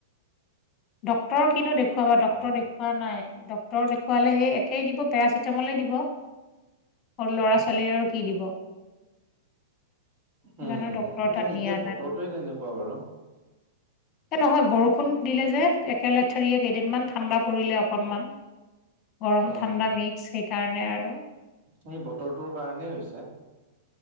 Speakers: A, on the left; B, on the right.
A: ডাক্তৰক কিনো দে দেখুৱাবা ডাক্তৰক
B: অ
A: দেখোৱা নাই, ডক্তৰক দেখুৱালে সেই একেই দিব পেৰাচিটামলেই দিব। সৰু ল'ৰা-ছোৱালীয়ে আৰু কি দিব। সেইকাৰণে
B: উম
A: ডক্তৰৰ তাত
B: নাই এতিয়া
A: নিয়া
B: বতৰটোৱে তেনেকুৱা বাৰু।
A: এই নহয় বৰষুণ দিলে যে একেলথেৰিয়ীয়ে কেইদিনমান ঠাণ্ডা পৰিলে অকণমান। গৰম
B: উম
A: ঠাণ্ডা মিক্স সেইকাৰণে আৰু।
B: সেই বতৰটোৰ কাৰণেই হৈছে।